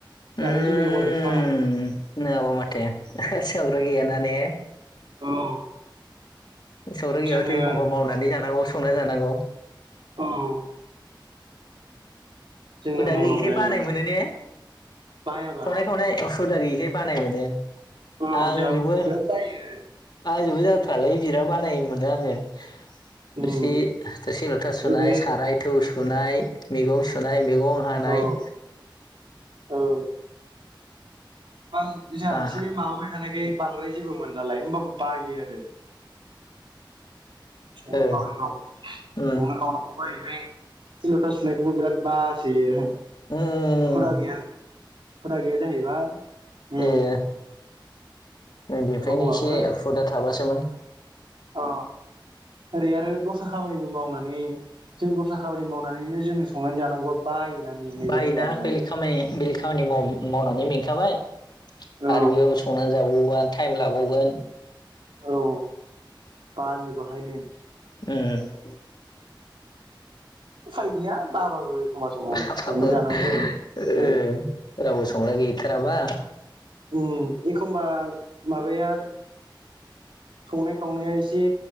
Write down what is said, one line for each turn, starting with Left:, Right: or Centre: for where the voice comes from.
Right: दाबो
Left: उम
Right: जेबो जगार गैथ'वा नालाय
Left: नङाबा माथो संग्रा गैयाना ने
Right: औ
Left: संग्रा गैयाबाथ'
Right: जोङो
Left: एखमबा मावनानै जानांगौ संना जानांगौ
Right: औ जोंनो
Left: हुदा
Right: मावनांगौ
Left: गैयैखाय
Right: जायो
Left: बानाय मोनो ने
Right: बायाबा
Left: संनाय खावनाय हुदा गैयैखाय बानाय मोनो
Right: औ
Left: आं
Right: जोंहा
Left: जोंबो
Right: बिराद बायो
Left: आंजोंबो जाथारालै बिराद बानाय मोनो आङो
Right: उम
Left: थोरसि थोरसि लथा सुनाय
Right: ओरै
Left: साराय थौ सुनाय मैगं सुनाय मैगं हानाय
Right: औ औ आं जोंहा
Left: बा
Right: एसे माबाबाय थानायखाय बांद्राय जेबो मोनलालाय होमबाबो बायो आरो <unintelligible>
Left: ओ उम
Right: थोरसि लथा सुनायखौबो बिराद बासोयो‌।
Left: उम
Right: हुदा गैया हुदा गैया जाहैबाय
Left: ए
Right: ओम
Left: उन्दैफ्रायनो
Right: हौवाफोर
Left: एसे हुदा थाबासोमोन।
Right: अ ओरै आरो दस्रा खामानिबो मावनानै जों दस्रा खामानि मावनानैनो जोंनो संनानै जानांगौआ बायोना मेंनाय
Left: बायोना
Right: जों जाबजों।
Left: बेलेग खामानि बेलेग खामानि माव मावनानै मेंखाबाय
Right: औ
Left: आरो बेयाव संनानै जाबावा टाइम लाबावगोन
Right: औ बायो बेहायनो।
Left: उम।
Right: उफाय गैया बाबो एखमबा समाव
Left: बाबाबो
Right: संनानै जानांगौ
Left: ओ
Right: जायो ओम।
Left: रावबो संग्रा गैथाराबा
Right: उम एखमबा माबाया संनाय खावनाया एसे